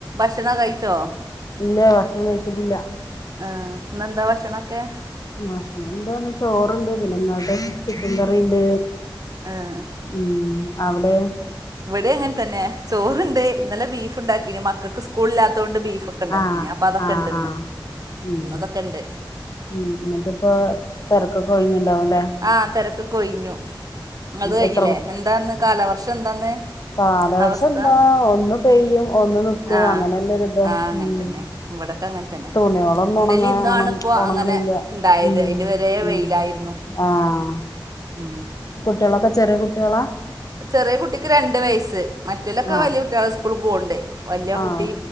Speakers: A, on the right; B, on the left.
A: ഭക്ഷണോ കഴിച്ചോ
B: ഇല്ല ഭക്ഷണം കഴിച്ചിട്ടില്ല
A: ആഹ് ഇന്നെന്താ ഭക്ഷണോക്കെ
B: ഭക്ഷണന്താന്നേച്ച ചോറിണ്ട് പിന്നെ ഇന്നലത്തെ ചിക്കൻ കറീണ്ട്
A: ആഹ്
B: ഉം അവടെ
A: ഇവിടെ അങ്ങനെ തന്നെ ചോറിണ്ട് ഇന്നലെ ബീഫ് ഉണ്ടാക്കിന് മ ക്കൾക്ക് സ്കൂളില്ലാത്തോണ്ട് ബീഫ് ഒക്കെ ഉണ്ടാക്കീന്
B: ആഹ്
A: അപ്പൊ അതൊക്കെ
B: ആഹ്
A: ഇണ്ട് ഇന്ന്
B: ആഹ് ഉം
A: ഇന്ന് അതൊക്കെണ്ട്
B: ഉം എന്നിട്ടിപ്പ തിരക്കൊക്കെ ഒ യിഞ്ഞിണ്ടാവുല്ലേ
A: ആഹ് തിരക്കൊക്കെ യിഞ്ഞു ങ്ങളത് കയിഞ്ഞില്ലേ
B: എത്ര
A: എന്താന്ന് കാലവർഷം എന്താന്ന്
B: കാലവർഷ
A: അവസ്ഥ
B: എന്താ ഒന്ന് പെയ്യും ഒന്ന് നിക്കും
A: ആഹ്
B: അങ്ങനല്ലോരു ഇതാ
A: ആഹ് അങ്ങനെ
B: ഉം
A: തന്നെ ഇവിടൊക്കെ അങ്ങ തന്നെ
B: തുണികളൊന്നും
A: ഇന്നലി
B: ഉണങ്ങ
A: ഇന്നാണു
B: ഉണ
A: ഇപ്പോ
B: ഉണങ്ങണില്ല
A: അങ്ങനെ ഇണ്ടായത്
B: ഉം
A: അതിന്റെ വരെ
B: ഉം
A: വെയിലായിരുന്നു
B: ആഹ്
A: ഉം
B: കുട്ട്യോളൊക്കെ ചെറിയ കുട്ട്യൊളാ
A: ചെറിയ കുട്ടിക്ക് രണ്ട് വയസ്സ് മറ്റേലൊക്കെ
B: ആഹ്
A: വലിയ കുട്ടികള സ്കൂളി പോവണ്ട് വല്യ
B: ആഹ്
A: കുട്ടി